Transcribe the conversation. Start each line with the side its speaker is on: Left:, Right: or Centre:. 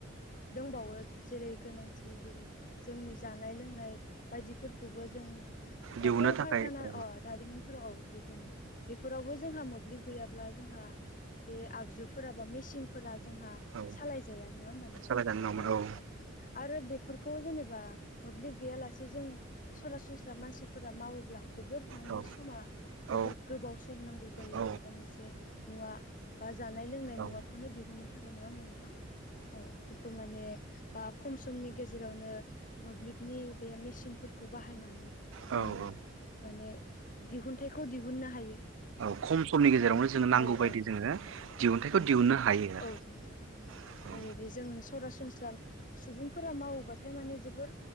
Left: दंबावो जेरै गोनांथि जेरै जोंनि जानाय लोंनाय बायदिफोर खौबो जों
Right: दिहुननो
Left: ओ कल
Right: थाखाय
Left: कारखाना
Right: औ
Left: अ दारिमिन फोराव दिहुनो बेफोरावबो जोंहा मोब्लिब गैयाब्ला जोंहा बे आगजुफोरा बा मेसिनफोरा जोंहा
Right: औ
Left: सालायजाया नोङा हबा नोंथां
Right: सालायजानो नङामोन
Left: औ आरो आरो बेफोर खौ जेनेबा मोब्लिब गैयालासे जों सरासनस्रा मानसिफोरा मावोब्ला। जोबोर माने
Right: औ
Left: समा जोबोर
Right: औ
Left: गोबाव सम नांगौ जायो
Right: औ
Left: माबा मोनसे मुवा बा जानाय लोंनाय
Right: औ
Left: मुवाखौनो दिहुनो थाखाय नङा हमबा नोंथां औ बेखौ माने बा खम समनि गेजेरावनो मोब्लिबनि बे मेसिनफोर खौ बाहायनानै
Right: औ
Left: जों
Right: औ
Left: माने दिहुनथाइखौ दिहुननो हायो। औ
Right: खम समनि गेजेरावनो
Left: नङा होमबा
Right: जोङो नांगौ
Left: औ
Right: बायदि
Left: औ नोंथां
Right: जोङो दिहुनथाइखौ
Left: औ
Right: दिहुननो
Left: औ
Right: हायो
Left: औ नोंथां उम
Right: आरो
Left: ए जों सरासन स्रा सुबुंफोरा मावोबाथाय माने जोबोर